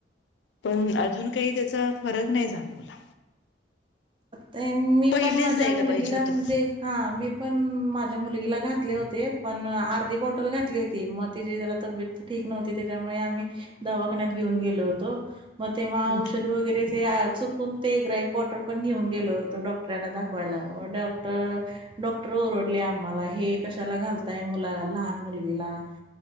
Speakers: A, on the left; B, on the right.
A: पण अजून काही त्याचा फरक नाही जाणवला
B: ते मी
A: पहिलेच
B: पण माझ्या
A: द्यायला
B: मुलगीला
A: पाहिजे होतं.
B: म्हणजे हां मी पण माझ्या मुलगीला घातले होते पण आ अधी बॉटल घातली होती मग तिची जरा तब्येत ठीक नव्हती त्याच्यामुळे आम्ही दवाखान्या घेऊन गेलो होतो मग तेव्हा
A: हं
B: औषध वगैरे ते चुकून ते ग्राईप वॉटर आपण घेऊन गेलो तो डॉक्टरांना दाखवायला डॉक्टर, डॉक्टर ओरडले आम्हाला हे कशाला घालताय मुलाला लहान मुलगी ला